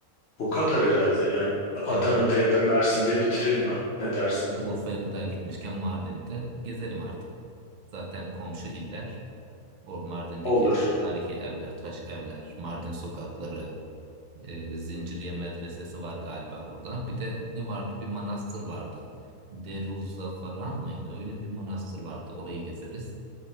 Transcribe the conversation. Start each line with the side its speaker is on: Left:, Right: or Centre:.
Left: bu kadar herhalde yani. Adana'da
Right: Yani Ur-
Left: ya da Mersin'de bitirelim ha. Ne dersin?
Right: yani Urfa'ya kadar gitmişken Mardin'de gezelim artık. Zaten komşu iller. O Mardin'deki
Left: Olur.
Right: tarihi evler, taş evler, Mardin sokakları, e, Zinciriye Medresesi var galiba orada. Bir de ne vardı? Bir manastır vardı. Deruzzafaran mıydı? Öyle bir manastır vardı. Orayı gezeriz.